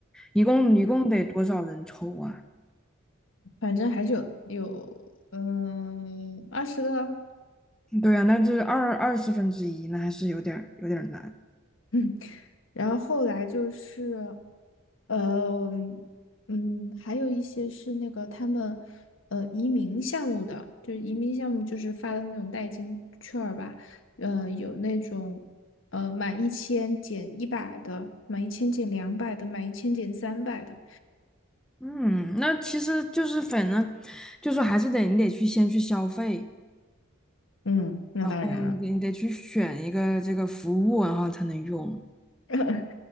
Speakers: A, in the centre; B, on the left (about 65°).
A: 一共一共得多少人抽啊？
B: 反正还是有有嗯二十个，
A: 对啊，那这二二十分之一，那还是有点儿有点儿难。
B: <laughs> 嗯，然后后来就是呃嗯，还有一些是那个他们呃移民项目的，就是移民项目就是发的那种代金券儿吧，呃有那种。呃，满一千减一百的，满一千减两百的，满一千减三百的。
A: 嗯，那其实就是反正就是还是得你得去先去消费，
B: 嗯，那当然了。
A: 然后你得去选一个这个服务，然后才能用。
B: <laughs>